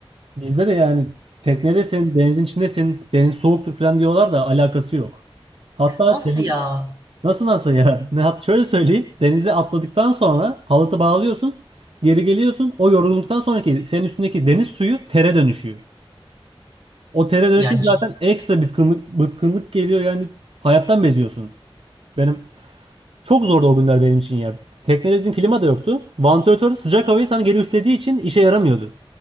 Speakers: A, on the right (about 70°); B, on the right (about 45°).
A: Bizde de yani teknedesin, denizin içindesin, deniz soğuktur falan diyorlar da alakası yok. Hatta
B: Nasıl
A: deniz,
B: ya?
A: nasıl nasıl ya? Ne hat şöyle söyleyeyim. Denize atladıktan sonra halatı bağlıyorsun, geri geliyorsun. O yorgunluktan sonraki senin üstündeki deniz suyu tere dönüşüyor. Otele dönüşün
B: Yani
A: zaten
B: hiç-
A: ekstra bıkkınlık, bıkkınlık geliyor yani hayattan beziyorsun. Benim çok zordu o günler benim için ya. Teknemizin klima da yoktu. Vantilatör sıcak havayı sana geri üflediği için işe yaramıyordu.